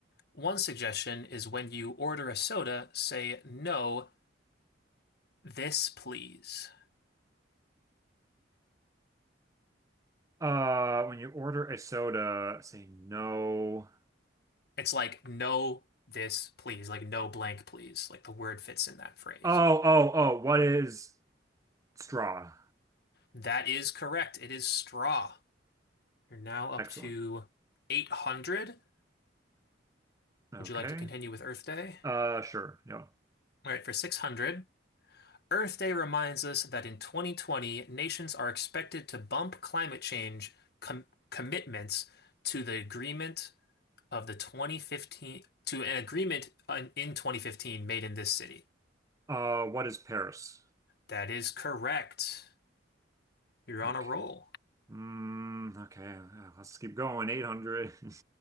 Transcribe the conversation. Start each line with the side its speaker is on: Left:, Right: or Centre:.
Left: One suggestion is when you order a soda, say no, this please.
Right: Uh, when you order a soda, say no.
Left: It's like no, this please, like no blank please. Like the word fits in that phrase.
Right: Oh, oh, oh, what is straw?
Left: That is correct. It is straw. You're now up
Right: Excellent.
Left: to 800.
Right: Okay.
Left: Would you like to continue with Earth Day?
Right: Uh, sure. Yeah.
Left: All right, for 600, Earth Day reminds us that in 2020, nations are expected to bump climate change com commitments to the agreement of the 2015 to an agreement in 2015 made in this city.
Right: Uh, what is Paris?
Left: That is correct. You're on
Right: Okay.
Left: a roll.
Right: Mm, okay. uh, Let's keep going. 800. <laughs>